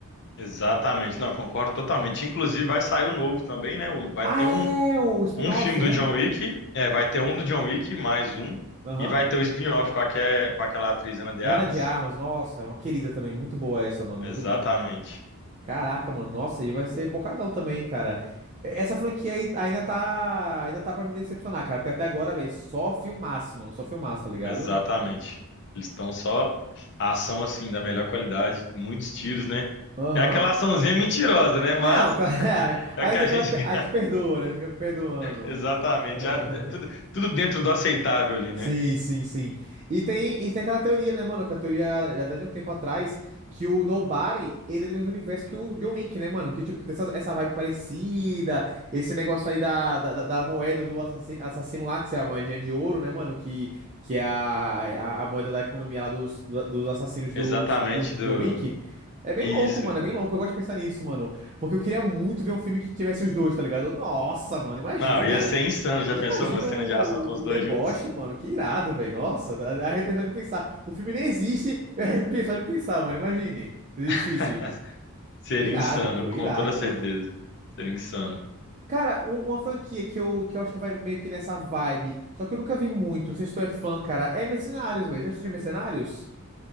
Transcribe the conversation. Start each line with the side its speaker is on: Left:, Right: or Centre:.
Left: Exatamente. Não, concordo totalmente. Inclusive, vai sair o novo também, né? O- Vai
Right: Ah,
Left: ter
Right: é
Left: um,
Right: o spin-off,
Left: um filme do
Right: né?
Left: John Wick, é, vai ter um do John Wick, mais um,
Right: Aham.
Left: e vai ter o spin-off com, aque- com aquela atriz Ana de
Right: Ana
Left: Armas.
Right: de Armas, nossa, é uma querida também, muito boa essa, mano, muito,
Left: Exatamente.
Right: caraca, mano, nossa, e vai ser porcadão também, cara. E- Essa franquia aí ainda tá, ainda tá pra me decepcionar, cara, porque até agora, velho, só filmaço, mano, só filmaço, tá ligado?
Left: Exatamente. Eles estão só ação assim da melhor qualidade, muitos tiros, né?
Right: Aham.
Left: É aquela açãozinha mentirosa, né? Mas
Right: Não, cara, <laughs>
Left: É
Right: a
Left: o
Right: gente
Left: que a
Right: acaba,
Left: gente.
Right: pe-
Left: <laughs>
Right: a gente perdoa, né, a gente acaba perdoando.
Left: Exatamente.
Right: <laughs>
Left: Ah, Tudo, tudo dentro do aceitável ali,
Right: Sim,
Left: né?
Right: sim, sim. E tem, e tem aquela teoria, né, mano? Que a teoria já dá de um tempo atrás que o Nobody, ele é do mesmo universo que o John Wick, né, mano? Que, tipo, tem essa, essa vibe parecida, esse negócio aí da, da, da- da moeda do assassino, assassino lá, que é a moedinha de ouro, né, mano? Que, que é a, a, a moeda da economia lá dos, do- dos assassinos do
Left: Exatamente
Right: John,
Left: do.
Right: John Wick. É bem
Left: Isso.
Right: louco, mano, é bem louco. Eu gosto de pensar nisso, mano. Porque eu queria muito ver um filme que tivesse os dois, tá ligado? Nossa, mano, imagina.
Left: Não, ia ser insano. Já
Right: E
Left: pensou
Right: Imagina
Left: uma cena
Right: o,
Left: de ação com os
Right: o
Left: dois
Right: deboche,
Left: juntos?
Right: mano. Que irado, velho. Nossa, dá dá arrepiar só de pensar. O filme nem existe, eu arrepio só de pensar, mano. Imagine se existisse.
Left: <laughs> Seria
Right: Irado,
Left: insano,
Right: pô,
Left: com
Right: irado,
Left: toda certeza.
Right: mano.
Left: Seria insano.
Right: Cara, um- uma franquia que eu, que eu acho que vai meio que nessa vibe, só que eu nunca vi muito, não sei se tu é fã, cara, é Mercenários, velho. Já assistiu Mercenários?